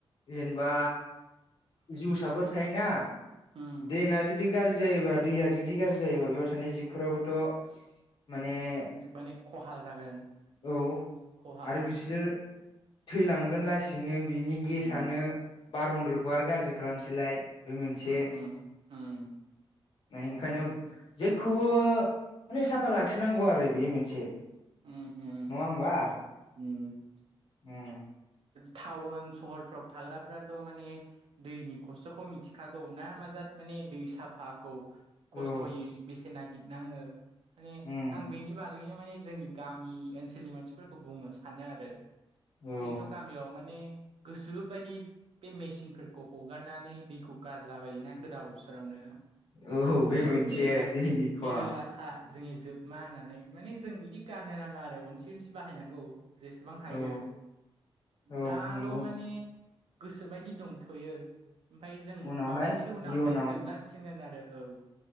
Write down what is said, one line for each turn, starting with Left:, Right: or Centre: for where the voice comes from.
Left: जेनबा जिउसाफोर थायोना
Right: उम
Left: द्रेेनआ जुदि गाज्रि जायोबा दैया जुदि गाज्रि जायोबा बेयाव थानाय जिबफोरावोथ' माने
Right: माने
Left: <inaudible>
Right: खहा जागोन
Left: औ
Right: खहा
Left: आरो
Right: मा
Left: बिसोर थैलांगोन लासैनो बिनि गेसानो
Right: उम,
Left: बार बन्दलखौ आरो गाज्रि खालामसैलाय। बे मोनसे
Right: उम उम उम
Left: <unintelligible> जेखौबो माने साफा लाखिनांगौ आरो बे मोनसे।
Right: उम उम
Left: नङा होमबा
Right: उम
Left: उम
Right: थाउन सहरफ्राव थाग्राफ्राथ' माने दैनि खस्थ'खौ मिथिखागौ ना माजाद माने दै साफा खौ खस्थ'यै
Left: औ
Right: बेसेनागिदनाङो माने
Left: उम
Right: आं बेनि बागैनो माने जोंनि गामि ओनसोलनि मानसिफोरखौ बुंनो सानो आरो
Left: औ
Right: जोंनिथ' गामियाव माने गोसो बायदि बे मेचिनफोरखौ हगारनानै दैखौ गारला बायोना गोदाव सोरावनो
Left: औ बे
Right: है
Left: मोनसे
Right: मेल्ला
Left: दैनि खहा
Right: मेल्लाखा जोंनि जोब मा होननानै माने जों इदि गारनो नाङा आरो अनसि अनसि बाहायनांगौ। जेसेबां हायो
Left: औ औ
Right: दाल'
Left: नंगौ
Right: माने गोसोबायदि दंथ'यो। ओमफाय जों
Left: उनावहाय
Right: बावैसो उनावनो
Left: इयुनाव
Right: जोबलांसिनगोन आरो औ।